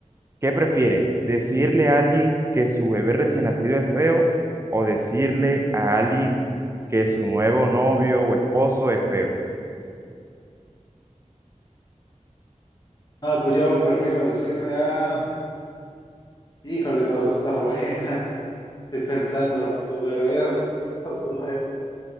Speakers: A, on the right; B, on the left.
A: ¿Qué prefieres? ¿Decirle a alguien que su bebé recién nacido es feo o decirle a alguien que su nuevo novio o esposo es feo?
B: Ah, pues yo prefiero decirle a... Híjole, las dos está <laughs> buena. Estoy pensando, su bebé o su esposo nuevo.